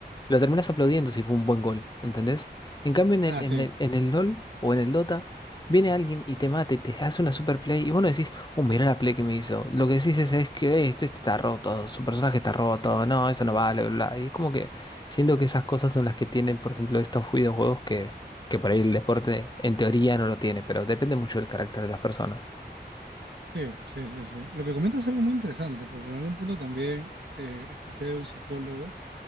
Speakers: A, on the left; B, on the right.
A: lo terminás aplaudiendo si fue un buen gol, ¿entendés? En cambio, en el,
B: Ah,
A: en
B: sí,
A: el, en el LOL o en el Dota, viene alguien y te mate, te hace una super play y vos no decís, oh, mirá la play que me hizo. Lo que decís es, es que este, este está roto, su personaje está roto, no, eso no vale, bla, bla. Y es como que siento que esas cosas son las que tienen, por ejemplo, estos videojuegos que que por ahí el deporte en teoría no lo tiene, pero depende mucho del carácter de las personas.
B: sí, sí, sí, sí. Lo que comentas es algo muy interesante, porque en algún punto también eh, escuché de un psicólogo